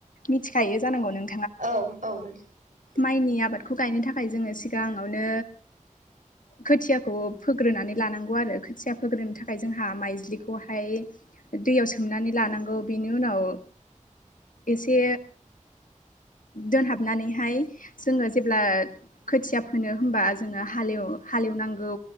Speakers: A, on the left (about 85°); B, on the right (about 80°).
A: मिथिखायो जानांगौ नों
B: औ औ मोनथियो
A: माइनि आबादखौ गायनो थाखाय जोङो सिगाङावनो खोथियाखौ फोग्रोनानै लानांगौ आरो खोथिया फोग्रोनो थाखाय जोंहा माइज्लिखौहाय दैयाव सोमनानै लानांगौ बेनि उनाव एसे दोनहाबनानैहाय जोङो जेब्ला खोथिया फोनो होनबा जोङो हा हालेवनांगौ